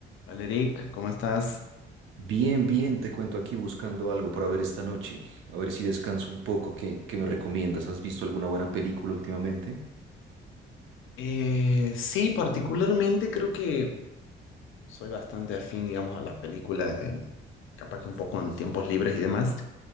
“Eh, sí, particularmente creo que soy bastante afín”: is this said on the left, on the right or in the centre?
Left